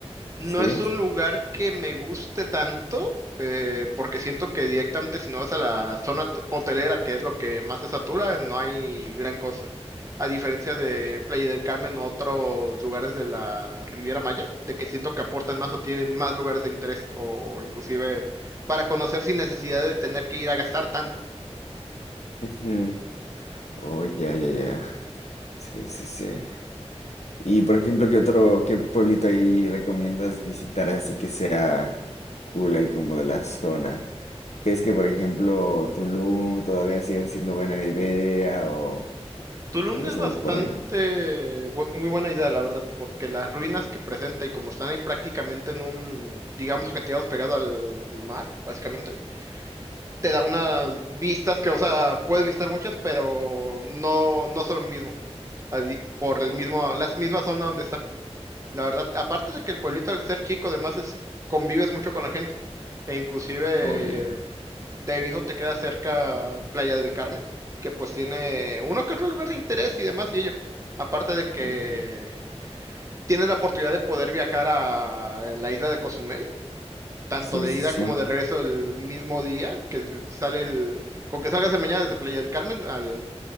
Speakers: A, on the right (about 30°); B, on the left (about 85°).
A: No
B: ¿Sí?
A: es un lugar que me guste tanto, eh, porque siento que directamente si no vas a la zona t- hotelera, que es lo que más se satura, no hay gran cosa. A diferencia de Playa del Carmen o otros lugares de la Riviera Maya, de que siento que aportan más o tienen más lugares de interés, o inclusive para conocer sin necesidad de tener que ir a gastar
B: Ujú. Oh, ya, ya, ya. Sí, sí, sí. Y por ejemplo, ¿qué otro, qué pueblito ahí recomiendas visitar así que sea cool ahí como de la zona? ¿Crees que por ejemplo Tulum todavía sigue siendo buena idea o
A: Tulum
B: tal vez
A: es
B: algo
A: bastante
B: por ahí?
A: bu- muy buena idea, la verdad, porque las ruinas que presenta y como están ahí prácticamente en un, digamos, acantilados pegado al mar, básicamente, te da unas vistas que, o sea, puedes visitar muchas, pero no, no son lo mismo, así, por el mismo, la misma zona donde está. La verdad, aparte de que el pueblito al ser chico, además es, convives mucho con la gente, e inclusive
B: Oye,
A: de Aviso te queda cerca Playa del Carmen, que pues tiene uno que otro lugar de interés y demás y ello. Aparte de que
B: Ajá.
A: tienes la oportunidad de poder viajar a la isla de Cozumel, tanto
B: Sí,
A: de
B: sí,
A: ida
B: sí.
A: como de regreso el mismo día, que sale el, con que salgas de mañana desde Playa del Carmen al,